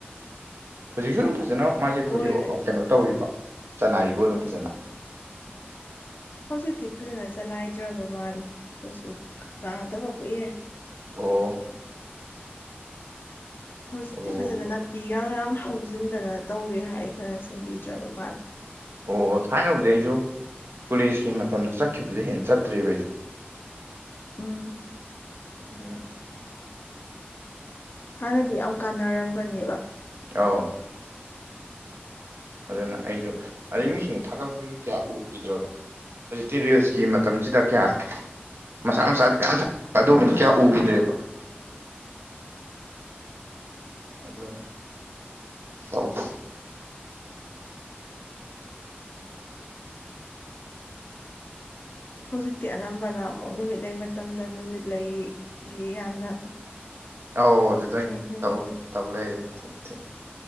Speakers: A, on the right; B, on the left.
A: ꯍꯧꯖꯤꯛꯁꯨ ꯑꯗꯨꯝ ꯐꯖꯅ ꯃꯥꯁꯦ
B: ꯀꯣꯏ
A: ꯐꯨꯔꯤ ꯀꯩꯅꯣ ꯇꯧꯔꯤꯕ ꯆꯂꯥꯏꯔꯤꯕ ꯑꯗꯨꯝ ꯐꯖꯅ
B: ꯍꯧꯖꯤꯛꯇꯤ ꯐꯖꯅ ꯆꯂꯥꯏꯗ꯭ꯔꯕ ꯃꯥꯜꯂꯦ ꯑꯩꯈꯣꯏꯁꯨ ꯀꯥꯗꯕ ꯀꯨꯏꯔꯦ
A: ꯑꯣ
B: ꯍꯧꯖꯤꯛꯇꯤ
A: ꯑꯣ
B: ꯐꯖꯅ ꯅꯥꯄꯤꯒ ꯌꯥꯝ ꯍꯧꯖꯤꯟꯗꯅ ꯇꯧꯋꯦ ꯍꯥꯏ ꯐꯖꯅ ꯁꯦꯝꯕꯤꯗ꯭ꯔꯕ ꯃꯥꯂ
A: ꯑꯣ ꯊꯥꯏꯅꯕꯨꯗꯤ ꯑꯩꯁꯨ ꯀꯣꯂꯦꯖꯀꯤ ꯃꯇꯝꯗ ꯆꯠꯈꯤꯕꯗ ꯍꯦꯟꯅ ꯆꯠꯇ꯭ꯔꯦꯕ ꯑꯩꯁꯨ
B: ꯎꯝ
A: ꯑꯗꯨꯨꯅ
B: ꯍꯥꯟꯅꯗꯤ ꯌꯥꯝ ꯀꯥꯟꯅꯔꯝꯕꯅꯦꯕ
A: ꯑꯥꯎ ꯑꯗꯨꯅ ꯑꯩꯁꯨ ꯑꯗꯩ ꯃꯤꯁꯤꯡꯗꯣ ꯊꯥꯒꯠꯂꯛꯄꯁꯨ ꯀꯌꯥ ꯎꯈꯤꯗ꯭ꯔꯕ ꯍꯧꯖꯤꯛꯇꯤ ꯔꯤꯜꯁꯀꯤ ꯃꯇꯝꯁꯤꯗ ꯀꯌꯥ ꯃꯆꯥ ꯃꯆꯥꯗꯤ ꯀꯌꯥꯝ ꯊꯛ ꯑꯗꯨꯒꯨꯝꯕꯗꯤ ꯀꯌꯥ ꯎꯈꯤꯗ꯭ꯔꯦꯕ ꯑꯗꯨꯅ ꯌꯥꯥꯛ
B: ꯍꯧꯖꯤꯛꯇꯤ ꯑꯅꯝꯕꯅ ꯑꯃꯨꯛ ꯅꯨꯃꯤꯠ ꯂꯩ ꯃꯇꯝꯗ ꯅꯨꯃꯤꯠ ꯂꯩ ꯒꯤ ꯌꯥꯝꯅ
A: ꯑꯧ ꯑꯗꯨꯗ
B: ꯆꯠꯅꯩ
A: ꯑꯣꯏꯅ
B: ꯅꯨꯃꯤꯠ
A: ꯇꯧ
B: ꯂꯩ
A: ꯇꯧ ꯂꯩꯔꯦ ꯃꯊꯦꯛ ꯃꯊꯦꯡ